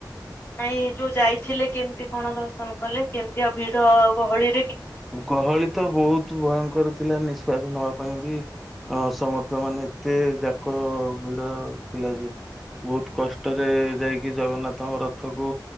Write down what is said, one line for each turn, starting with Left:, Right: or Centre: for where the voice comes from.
Left: କାଇଁ ଯୋଉ ଯାଇଥିଲେ କେମିତି କଣ ଦର୍ଶନ କଲେ କେମିତି ଆଉ ଭିଡ ଗହଳି
Centre: ଗହଳି ତ ବହୁତ ଭୟଙ୍କର ଥିଲା ନିଶ ବିଶ୍ଵାସ ନବା ପାଇଁ ବି ଅ ସମସ୍ତ ମାନେ ଏତେ ଯାକ ଭିଡ ଥିଲା ଯେ ବହୁତ କଷ୍ଟରେ ଯାଇକି ଜଗନ୍ନାଥଙ୍କ ରଥକୁ